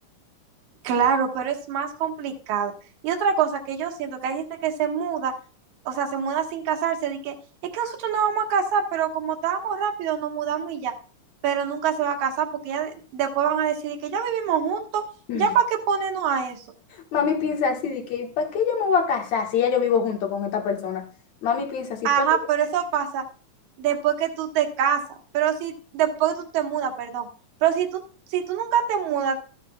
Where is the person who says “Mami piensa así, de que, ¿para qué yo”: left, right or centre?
Left